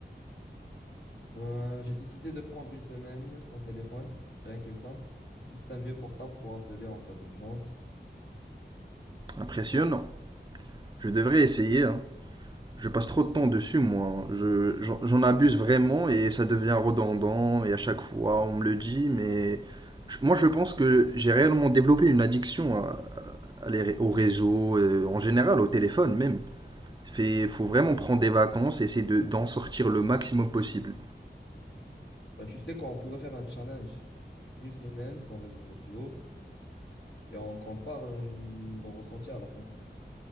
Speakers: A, on the left; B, on the right.
A: Ben, j'ai décidé de prendre une semaine sans téléphone, rien que ça. Juste un vieux portable pour appeler en cas d'urgence.
B: Impressionnant.
A: C'est ça.
B: Je devrais essayer. hein. Je passe trop de temps dessus, moi. hein. Je, j'en j'en abuse vraiment et ça devient redondant. Et à chaque fois, on me le dit, mais je- moi, je pense que j'ai réellement développé une addiction à, à les- au réseau, euh, en général, au téléphone même. Fait, faut vraiment prendre des vacances et essayer de, d'en sortir le maximum possible.
A: Bah, tu sais quoi, on pourrait faire un challenge. Une semaine sans réseaux sociaux et on compare euh, nos ressentis à la fin.